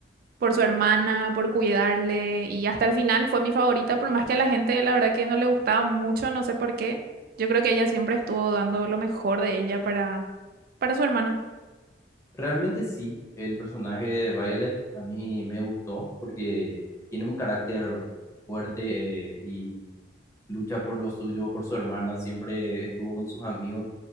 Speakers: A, on the right (about 55°); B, on the left (about 15°).
A: por su hermana, por cuidarle y hasta el final fue mi favorita, por más que a la gente la verdad que no le gustaba mucho, no sé por qué. Yo creo que ella siempre estuvo dando lo mejor de ella para, para su hermana.
B: Realmente sí, el personaje de Violet a mí me gustó porque tiene un carácter fuerte eh, y lucha por los suyos, por su hermana, siempre estuvo con sus amigos.